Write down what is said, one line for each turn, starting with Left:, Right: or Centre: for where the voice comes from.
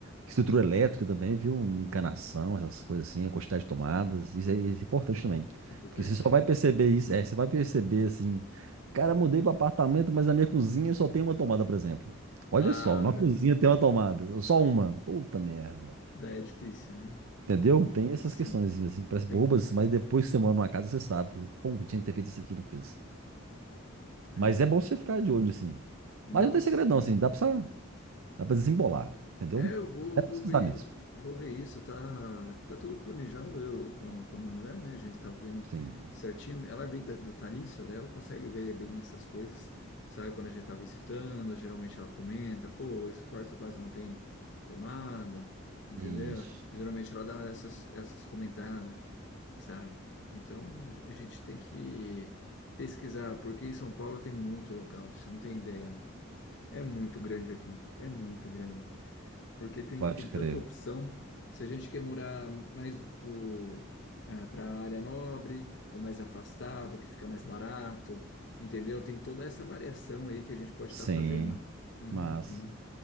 Right: estrutura elétrica também, viu? Encanação, essas coisas assim, a quantidade de tomadas, isso é, isso é importante também.
Left: É importante?
Right: Porque você só vai perceber isso, é, você vai perceber assim, cara, mudei para apartamento, mas na minha cozinha só tem uma tomada, por exemplo. Olha
Left: Ah,
Right: só, na cozinha tem uma tomada, só uma. Puta merda.
Left: daí é difícil, né
Right: Entendeu? Tem essas
Left: Sim,
Right: questões assim, parece bobas,
Left: tem.
Right: mas depois que você mora numa casa, você sabe. que, Pô, tinha que ter feito isso aqui, não fiz.
Left: É,
Right: Mas
Left: dá.
Right: é bom você ficar de olho, assim.
Left: Não,
Right: Mas não tem
Left: sim,
Right: segredo, não, assim,
Left: sim,
Right: dá pra,
Left: sim.
Right: Dá pra desembolar, entendeu?
Left: É, eu vou,
Right: É pesquisar
Left: vou ver,
Right: mesmo.
Left: vou ver isso, tá, tá tudo planejado eu com, a- com a minha mulher, né? A gente tá vendo
Right: Sim.
Left: certinho. Ela é bem de- detalhista, né? Ela consegue ver bem essas coisas, sabe? Quando a gente tá visitando, geralmente ela comenta, pô, esse quarto quase não tem tomada, entendeu?
Right: Isso.
Left: Geralmente ela dá essas, essas comentadas, sabe? Então a gente tem que pesquisar, porque em São Paulo tem muito local, você não tem ideia. É muito grande aqui, é muito grande. Porque tem,
Right: Pode
Left: tem tanta
Right: crer.
Left: opção. Se a gente quer morar mais pro, para a área nobre ou mais afastado, que fica mais barato, entendeu? Tem toda essa variação aí que a gente pode
Right: Sim.
Left: estar fazendo. Uhum.
Right: Mas.